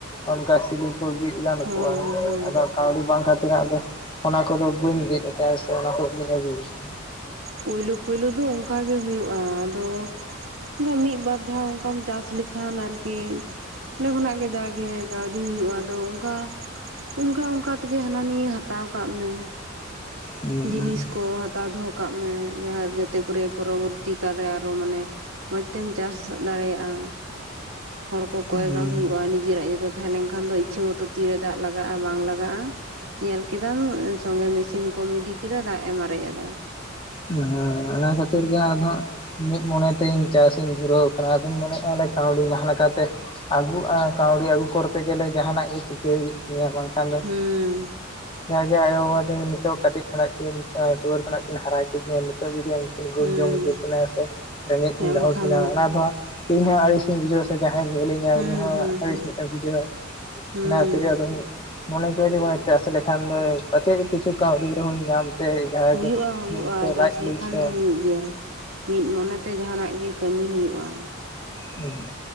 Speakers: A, on the left; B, on the right.
A: ᱚᱱᱠᱟ ᱥᱤᱞᱤᱯ ᱜᱩᱭ ᱜᱟᱱ
B: ᱦᱳᱭ
A: ᱠᱚᱜᱟ
B: ᱦᱳᱭ
A: ᱟᱫᱚ ᱠᱟᱹᱣᱰᱤ ᱵᱟᱝ ᱠᱷᱟᱹᱛᱤᱨᱱᱟᱜ ᱫᱚ ᱚᱱᱟ ᱠᱚᱫᱚ ᱵᱟᱹᱧ ᱜᱮᱫ ᱟᱠᱟ ᱥᱮ ᱚᱱᱟ ᱠᱚ ᱵᱟᱹᱧ ᱟᱹᱜᱩ ᱟᱠᱟ
B: ᱯᱳᱭᱞᱳ ᱯᱳᱭᱞᱳ ᱫᱚ ᱚᱱᱠᱟᱜᱮ ᱦᱳᱭᱳᱜᱼᱟ ᱟᱫᱚ ᱚᱱᱠᱟ ᱢᱤᱫ ᱵᱟᱨ ᱫᱷᱟᱣ ᱚᱱᱠᱟᱢ ᱪᱟᱥ ᱞᱮᱠᱷᱟᱱ ᱟᱨᱠᱤ ᱚᱰᱮ ᱠᱷᱚᱱᱟᱜ ᱜᱮ ᱡᱟᱜᱮ ᱠᱟᱣᱰᱤ ᱦᱩᱭᱩᱜᱼᱟ ᱟᱫᱚ ᱚᱱᱠᱟ ᱚᱱᱠᱟ ᱚᱱᱠᱟ ᱛᱮᱜᱮ ᱦᱟᱱᱟ ᱱᱤᱭᱟᱹ ᱦᱟᱛᱟᱣ ᱠᱟᱜ ᱢᱮ
A: ᱦᱩᱸ
B: ᱡᱤᱱᱤᱥ ᱠᱚ ᱦᱟᱛᱟᱣ ᱫᱚᱦᱚ ᱠᱟᱜ ᱢᱮ ᱡᱟᱦᱟᱸ ᱡᱟᱛᱮ ᱠᱚᱨᱮ ᱯᱚᱨᱚᱵᱚᱨᱛᱤ ᱠᱟᱞᱨᱮ ᱟᱨᱚ ᱢᱟᱱᱮ ᱢᱚᱸᱡᱽ ᱛᱮᱢ ᱪᱟᱥ ᱫᱟᱲᱮᱭᱟᱜᱼᱟ ᱦᱚᱲ ᱠᱚ
A: ᱦᱩᱸ
B: ᱠᱚᱭ ᱵᱟᱝ ᱦᱩᱭᱩᱜᱼᱟ ᱱᱤᱡᱮᱨᱟᱜ ᱡᱚᱛᱚ ᱛᱟᱦᱮᱸ ᱞᱮᱱᱠᱷᱟᱱ ᱫᱚ ᱤᱪᱪᱷᱟᱹ ᱢᱚᱛᱚ ᱛᱤᱨᱮ ᱫᱟᱜ ᱞᱟᱜᱟᱜᱼᱟ᱾ ᱟ ᱵᱟᱝ ᱞᱟᱜᱟᱜᱼᱟ ᱧᱮᱞ ᱠᱮᱫᱟᱢ ᱥᱚᱸᱜᱮ ᱢᱮᱥᱤᱱ ᱠᱚᱢ ᱤᱫᱤ ᱠᱮᱫᱟ ᱫᱟᱜ ᱮᱢ ᱟᱨᱮᱡ ᱟᱫᱟ
A: ᱦᱚᱸ ᱚᱱᱟ ᱠᱷᱟᱹᱛᱤᱨ ᱜᱮ ᱟᱫᱚ ᱦᱟᱸᱜ ᱢᱤᱫ ᱢᱚᱱᱮᱛᱮᱧ ᱪᱟᱥ ᱤᱧ ᱫᱷᱩᱨᱟᱹᱣ ᱟᱠᱟᱱᱟ ᱟᱫᱚᱧ ᱢᱚᱱᱮᱫᱟ ᱠᱟᱣᱰᱤ ᱡᱟᱦᱟᱸ ᱞᱮᱠᱟᱛᱮ ᱟᱹᱜᱩᱜᱼᱟ ᱠᱟᱹᱣᱰᱤ ᱟᱹᱜᱩ ᱠᱚᱨᱛᱮ ᱜᱮᱞᱮ ᱡᱟᱦᱟᱱᱟᱜ ᱜᱮ ᱪᱤᱠᱟᱹᱭ ᱦᱩᱭᱩᱜ ᱛᱤᱧᱟ ᱢᱟ ᱠᱷᱟᱱ ᱫᱚ
B: ᱦᱩᱸ
A: ᱡᱟᱜᱮ ᱟᱭᱳ ᱵᱟᱵᱟ ᱫᱚ ᱱᱤᱛᱚᱜ ᱠᱟᱹᱴᱤᱡ ᱠᱷᱚᱱᱟᱜ ᱠᱤᱱ ᱴᱩᱣᱟᱹᱨ ᱠᱷᱚᱱᱟᱜ ᱠᱤᱱ ᱦᱟᱨᱟ ᱠᱮᱫ ᱱᱤᱛᱚᱜ ᱡᱩᱫᱤ ᱚᱱᱠᱤᱱ ᱵᱟᱹᱧ
B: ᱦᱩᱸ
A: ᱡᱚᱢ ᱦᱚᱪᱚ ᱠᱤᱱᱟ ᱥᱮ ᱨᱮᱸᱜᱮᱡ ᱛᱤᱧ
B: ᱦᱮᱸ
A: ᱫᱚᱦᱚ
B: ᱵᱟᱠᱷᱟᱱ
A: ᱠᱤᱱᱟ ᱚᱱᱟ ᱫᱚ ᱦᱟᱸᱜ᱾ ᱤᱧ ᱦᱚᱸ ᱟᱲᱤᱥ ᱤᱧ ᱵᱩᱡᱷᱟᱹᱣᱟ ᱥᱮ ᱡᱟᱦᱟᱸᱭᱮ ᱞᱮᱞᱤᱧ ᱩᱱᱤ ᱦᱚᱸ
B: ᱦᱩᱸ ᱦᱩᱸ
A: ᱟᱹᱲᱤᱥ
B: ᱦᱩᱸ
A: ᱚᱜ ᱮ ᱵᱤᱡᱟᱹᱶᱟ
B: ᱦᱩᱸ
A: ᱚᱱᱟ ᱛᱤᱨᱜᱮ ᱟᱫᱚ ᱤᱧᱤᱜ ᱢᱚᱱᱮ ᱠᱚᱼᱟ ᱡᱮ ᱪᱟᱥ ᱞᱮᱠᱷᱟᱱ ᱫᱚ ᱯᱟᱪᱮᱫ ᱠᱤᱪᱷᱩ ᱠᱟᱹᱣᱰᱤ ᱨᱮᱦᱚᱧ ᱧᱟᱢ ᱛᱮ ᱡᱟᱦᱟᱸᱭ
B: ᱦᱩᱭᱩᱜᱼᱟ
A: ᱜᱮ
B: ᱦᱩᱭᱩᱜᱼᱟ ᱪᱟᱥ
A: ᱞᱟᱡ ᱞᱟᱹᱜᱤᱫ
B: ᱞᱮᱠᱷᱟᱱ
A: ᱛᱮ
B: ᱫᱚ ᱦᱩᱭᱩᱜ ᱜᱮᱭᱟ ᱢᱤᱫ ᱢᱚᱱᱮᱛᱮ ᱡᱟᱦᱱᱟᱜ ᱜᱮ ᱠᱢᱤ ᱦᱩᱭᱩᱜᱼᱟ᱾
A: ᱦᱮᱸ